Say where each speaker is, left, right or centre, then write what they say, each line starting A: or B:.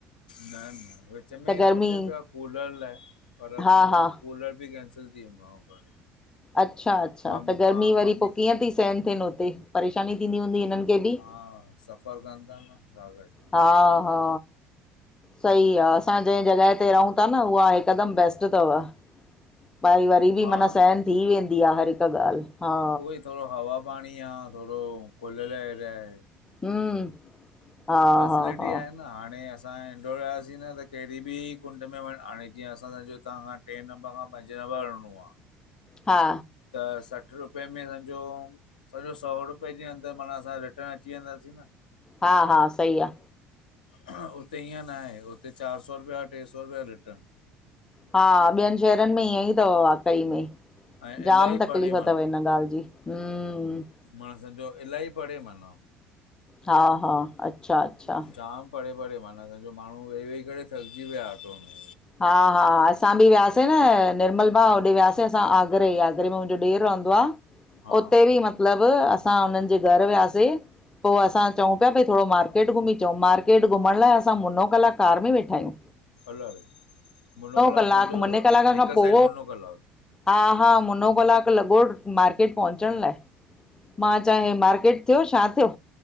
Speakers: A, on the left (about 75°); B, on the left (about 15°).
A: न -न, विच में
B: त
A: ईअं
B: गर्मी
A: सोचनि पिया कूलर लाए पर
B: हा
A: पो हो
B: हा
A: कूलर बि कैंसिल थी वियुन घणों करे।
B: अच्छा- अच्छा
A: मम
B: त गर्मी
A: हा
B: वरी
A: मम्मी
B: पो कीअं ती सहन थ्येन उत्ते, परेशानी थींदी हूंदी हिननि खे बि
A: हा सफ़र कन ता न घर वेठे
B: हा- हा सही आ असां जंहिं जॻहि ते रहूं ता न, उहा हिकदमि बेस्ट तव। व भाई वरी बि
A: हा
B: माना सहन थी वेंदी आ हर हिक ॻाल्हि। हा
A: उहोई थोड़ो हवा पांणी आ, थोड़ो खुलियल एरिया आहे।
B: हम्म हा
A: फैसिलिटी
B: हा हा
A: आहिनि न हाणें असां इंडोर वियासीं न त कहिड़ी बि कुंड में वंञुं, हाणे जीअं असां समझो तहां ट्रें नंबर खां पंजे नंबर वंञिंणो आ
B: हा।
A: त सठि रुपए में सम्झो सॼो सौ रुपए जे अंदरि माना असां रिटर्न अची वेंदासीं न।
B: हा- हा, सही आ
A: हुते ईअं ना हे, उते चारि सौ रुपया ट्रे सौ रुपिया रिटर्न।
B: हा ॿियनि शहरनि में ईंयंई तव वाकई में।
A: ऐं
B: जाम
A: इलाही
B: तकलीफ़
A: परे
B: तव इन्ह ॻाल्हि जी, हम्म।
A: मा सम्झो इल्हाई परे माना
B: हा -हा, अच्छा -अच्छा
A: जाम परे- परे माना, समझो माण्हूं वेही- वेही करे थकिजी पए ऑटो में।
B: हा- हा, असां बि वियासीं न निर्मल भा होॾे वियासीं असां आगरे, आगरे में मुंजो ॾेर रहंदो आ
A: हा
B: उते बि मतिलबु असां उन्हनि जे घर वियासे पो असां चऊं पिया भई थोड़ो मार्केट घुमी चंउं, मार्केट घुमणं लाए असां मुनो कलाक कार में वेठा आहियूं।
A: अला ड़े! मुनो कलाकु
B: कलाक,
A: समझो
B: मुने
A: ता
B: कलाक
A: हिक
B: खां पो
A: साइड मुनो कलाकु?
B: हा- हा, मुनो कलाकु लॻो मार्केट पहुंचण लाए। मां चंयां हे मार्केट थियो, छा थियो